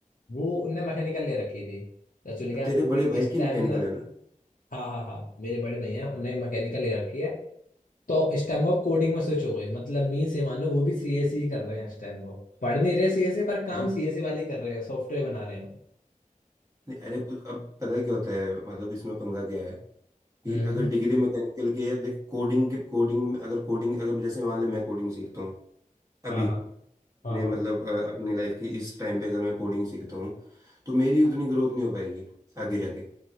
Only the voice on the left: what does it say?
वो उनने मैकेनिकल ले रखी थी तो चल गया
वो भी
इस
टाइम
ना
हाँ हाँ हाँ मेरे बड़े भैया हैं उनने मैकेनिकल ले रखी है तो इस टाइम वो कोडिंग में स्विच हो गए मतलब मीन्स ये मान लो वो भी सीएसई कर रहे हैं इस टाइम वो पढ़ नहीं रहे सीएसई पर काम
सीएसई वाले कर रहे हैं सॉफ्टवेयर बना रहे हैं
हम्म
हम्म,
हाँ हाँ हाँ
हाँ